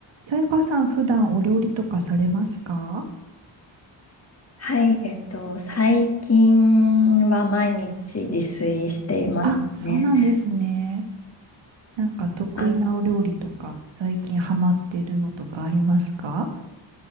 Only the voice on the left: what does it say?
はい、えっと、最近は毎日自炊していますね。
あ、